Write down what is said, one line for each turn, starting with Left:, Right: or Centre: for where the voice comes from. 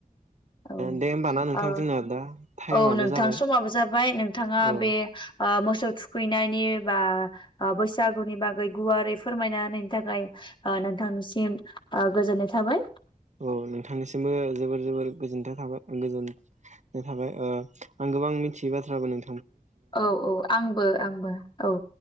Left: औ
Right: दे होमबा ना नोंथां
Left: ओ
Right: जोंना दा टाइमाबो
Left: औ नोंथां
Right: जाबाय
Left: समाबो जाबाय नोंथाङा
Right: औ
Left: बे ओ मोसौ थुखैनायनि बा आ बैसागुनि बागै गुवारै फोरमायना होनायनि थाखाय ओ नोंथांनिसिम ओ गोजोननाय थाबाय।
Right: औ नोंथांनिसिमबो जोबोर जोबोर गोजोनथ थाबाय गोजोननाय थाबाय आं गोबां मिथियै बाथ्राबो नों
Left: औ औ आंबो आंबो औ